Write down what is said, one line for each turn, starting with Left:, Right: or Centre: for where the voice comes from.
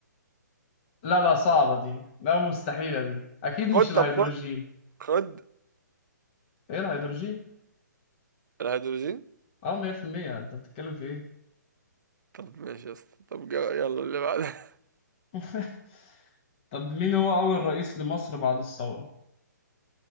Left: لا لا صعبة دي لا مستحيلة دي أكيد
Right: خد
Left: مش الهيدروجين
Right: طب خد خد
Left: إيه الهيدروجين؟
Right: الهيدروجين
Left: أه 100% أنت بتتكلم في إيه؟
Right: طب ماشي يا اسطى طب جا- يلا اللي بعده <laughs>
Left: <laughs> طب مين هو أول رئيس لمصر بعد الثورة؟